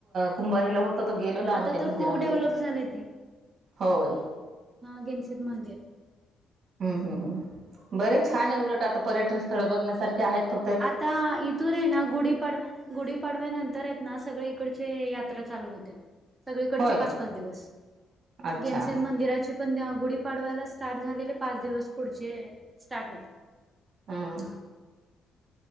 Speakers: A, on the right; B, on the right.
A: कुंभारीला होत त गेलो ना
B: आता
A: आम्ही त्या
B: तर
A: मंदिरामध्ये
B: खूप डेव्हलप झालंय
A: होय.
B: हा गेनसित मंदिर.
A: हम्म हम् बरे छान आहे उलट आता पर्यटन स्थळ बघण्यासारखे आहेत फ
B: आता इथून आहे ना गुढीपाडवा गुढीपाडव्यानंतर येत ना सगळे इकडचे यात्रा चालू होतेत. सगळीकडचे
A: होय
B: पाच पाच दिवस
A: अच्छा
B: गेनस मंदिराचे पण त्या गुढीपाडवायला स्टार्ट झालेले पाच दिवस पुढचे स्टार्ट होत.
A: हम्म.